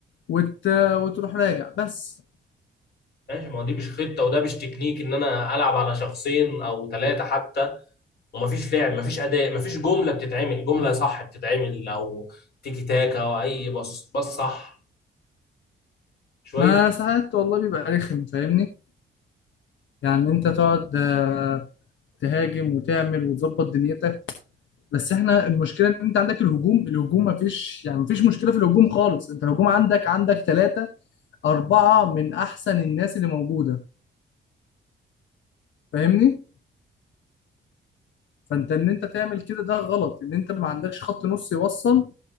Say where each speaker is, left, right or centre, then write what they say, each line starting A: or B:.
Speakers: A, on the left; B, on the left.
A: وت... وتروح راجع بس
B: ماشي ما هو دي مش خطه وده مش تكنيك ان انا العب على شخصين او ثلاثه حتى وما فيش لعب ما فيش اداء ما فيش جمله بتتعمل جمله صح بتتعمل او تيكي تاكا او اي بص بص صح شويه
A: ما ساعات والله بيبقى رخم فاهمني يعني انت تقعد آه، تهاجم وتعمل وتظبط دنيتك بس احنا المشكله ان انت عندك الهجوم الهجوم ما فيش يعني ما فيش مشكله في الهجوم خالص انت الهجوم عندك عندك ثلاثه أربعة من أحسن الناس اللي موجودة فاهمني؟ فأنت إن أنت تعمل كده ده غلط إن أنت ما عندكش خط نص يوصل